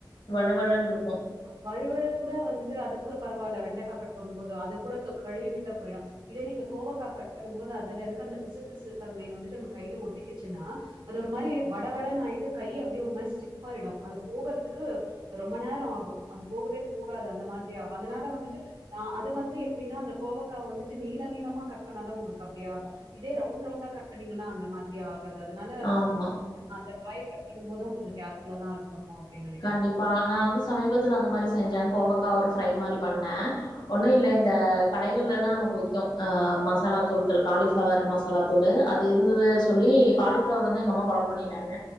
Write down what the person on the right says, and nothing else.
வழுவழுு கூட வந்துட்டு அது கூட பரவால்ல வெண்டைக்காய் கட் பண்ணும் போது அது கூட கழுவி விட்டா போயிடும் இதே நீங்க கோவக்காய் கட் பண்ணும்போது அதுல இருக்க அந்த பிசு திசு தன்மை வந்துட்டு நம்ம கையில ஒட்டிிக்கிச்சுன்னா அது ஒரு மாரி வட வட நாயிட்டு கை அப்படியே ஒரு மாரி ஸ்டிஃப் ஆயிடும் அது போகறதுக்கு ரொம்ப நேரம் ஆகும் அது போகவே போகாது அந்த மாதிரி ஆகும் அதனால வந்துட்டு அது வந்து எப்படின்னா அந்த கோவக்காய் வந்துட்டு நீல நீளமா கட் பண்ணாதான் உங்களுக்கு அப்படி ஆகும் இதே ரவுண்ட் ரவுண்டா கட் பண்ணீங்கன்னா அந்த மாதிரி ஆகும் து அதனால
அந்த காய கட் பண்ணும் போதும் கொஞ்சம் கேர்ஃபுல்ல தான் இருக்கணும் அப்படின்னு நினைக்கிறேன்